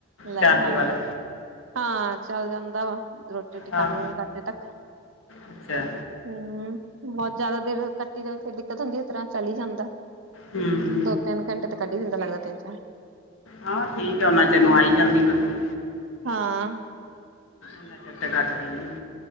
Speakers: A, on the right; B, on the left.
A: ਲੈ
B: ਚਾਰਜ
A: ਹਾਂ
B: ਵਾਲਾ
A: ਹਾਂ ਚੱਲ ਜਾਂਦਾ ਵਾ ਰੋਟੀ ਰੋਟੀ
B: ਹਾਂ
A: ਕੰਮ ਕੁਮ ਕਰਦੇ ਤੱਕ
B: ਅੱਛਾ
A: ਹੂ ਬਹੁਤ ਜ਼ਿਆਦਾ ਦੇਰ ਕੱਟੀ ਦਾ, ਫਿਰ ਦਿੱਕਤ ਹੁੰਦੀ ਉਸ ਤਰ੍ਹਾਂ ਚੱਲ ਹੀ ਜਾਂਦਾ
B: ਹੂ
A: ਦੋ ਤਿੰਨ ਘੰਟੇ ਤੇ ਕੱਢੀ ਦਿੰਦਾ ਲੱਗਦਾ ਤਿੰਨ ਚਾਰ
B: ਹਾਂ ਠੀਕ ਐ, ਉਹਨਾ ਚਿਰ ਨੂੰ ਆਈ ਜਾਂਦੀ ਬਤੀ
A: ਹਾਂ
B: ਇੰਨਾ ਚਿਰ ਤੇ ਕੱਟਦੀ ਨਹੀਂ